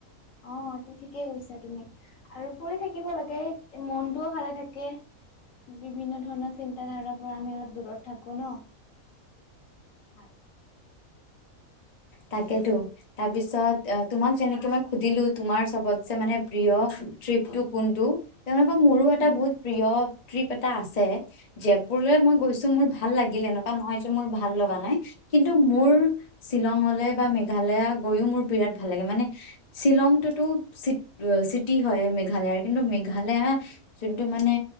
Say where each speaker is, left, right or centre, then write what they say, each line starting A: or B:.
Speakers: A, on the left; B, on the left.
A: অঁ' টো ঠিকেই কৈছা তুমি আৰু ফুৰি থাকিব লাগে মনটোও ভালে থা- কে, বিভিন্ন ধৰণৰ চিন্ত ধাৰাৰ পৰা আমি অলপ দূৰত থাকো ন'। হয়।
B: তাকেতো। তাৰপিছত তোমাক যেনেকে মই সুধিলো তোমাৰ চবতচে মানে প্ৰিয় ট্ৰিপটো কোনটো। তেনেকুৱা মোৰো এটা
A: উম,
B: বহুত প্ৰিয় ট্ৰিপ এটা আছে। জয়পুৰলৈ মই গৈছো মোৰ ভাল লাগিলে, এনেকুৱা নহয় যে মোৰ ভাল লগা নাই কিন্তু মোৰ শ্বিলঙলে বা মেঘালয়া গৈয়ও মোৰ বিৰাট ভাল লাগে মানে শ্বিলংটোতো চিটি হয় মেঘালয়ৰ কিন্তু মেঘালয়া যোনটো মানে